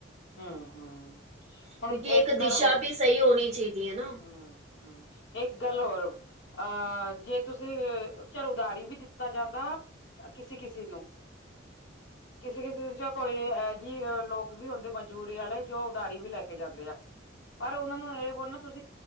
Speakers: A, on the left (about 65°); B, on the right (about 35°).
A: ਹੂੰ - ਹੂੰ
B: ਕਿਉਂਕਿ
A: ਹੁਣ ਇੱਕ
B: ਦਿਸ਼ਾ
A: ਕਰ ਹੋ
B: ਵੀ ਸਹੀ ਹੋਣੀ ਚਾਹੀਦੀ ਹੈ ਨਾ
A: ਹੂੰ - ਹੂੰ ਇੱਕ ਗੱਲ ਹੋਰ ਅਹ ਜੇ ਤੁਸੀਂ ਚਲ ਉਦਾਰੀ ਵੀ ਦਿੱਤਾ ਜਾਂਦਾ ਕਿਸੇ ਕਿਸੇ ਨੂੰ
B: ਇਥੇ ਕੁਛ ਬੋਲਿਆ ਨਹੀਂ ਗਿਆ ਹੈ <inaudible>
A: ਕਿਸੇ ਕਿਸੇ ਜਾਂ ਕੋਈ ਇਹ ਜਿਹੀ ਲੋਕ ਵੀ ਹੁੰਦੇ ਮਜ਼ਬੂਰੀ ਵਾਲੇ ਜੋ ਉਦਾਰੀ ਵੀ ਲੈ ਕੇ ਜਾਂਦੇ ਆ। ਪਰ ਉਹਨਾ ਨੂੰ ਇਹ ਬੋਲ ਨਾ ਤੁਸੀਂ